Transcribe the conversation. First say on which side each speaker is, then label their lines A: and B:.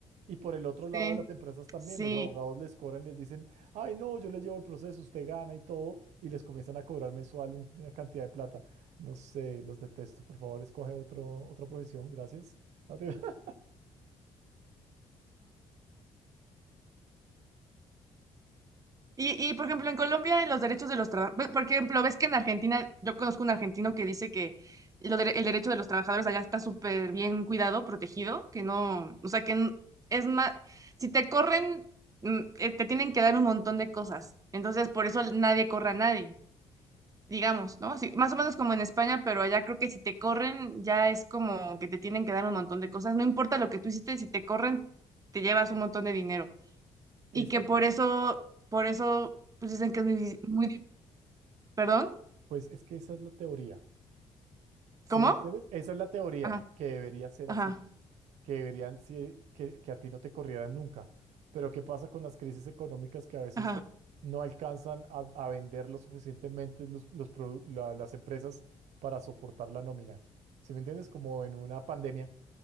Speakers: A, on the right; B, on the right.
A: Y por el otro lado
B: sí,
A: de las empresas también,
B: sí.
A: los abogados les cobran, les dicen, ay, no, yo les llevo el proceso, usted gana y todo, y les comienzan a cobrar mensual un- una cantidad de plata. No sé, los detesto. Por favor, escoge otro, otra profesión, gracias. No te- <laughs>
B: Y, y, por ejemplo, en Colombia, en los derechos de los trabajadores, por ejemplo, ves que en Argentina, yo conozco un argentino que dice que lo dere- el derecho de los trabajadores allá está súper bien cuidado, protegido, que no, o sea, que n- es más, si te corren, mm, eh, te tienen que dar un montón de cosas. Entonces, por eso nadie corre a nadie, digamos, ¿no? Sí, más o menos como en España, pero allá creo que si te corren, ya es como que te tienen que dar un montón de cosas. No importa lo que tú hiciste, si te corren, te llevas un montón de dinero
A: Ese-
B: y que por eso, por eso, pues dicen que es muy, difí- muy, di- ¿perdón?
A: pues es que esa es la teoría, ¿sí
B: ¿Cómo?
A: me entiendes? Esa es la teoría
B: Ajá,
A: que debería ser
B: ajá,
A: así. que deberían, sí, que, que a ti no te corrieran nunca. Pero ¿qué pasa con las crisis económicas que a veces
B: ajá.
A: no alcanzan a, a vender lo suficientemente los, los produ- la- las empresas para soportar la nómina? ¿sí me entiendes? Como en una pandemia,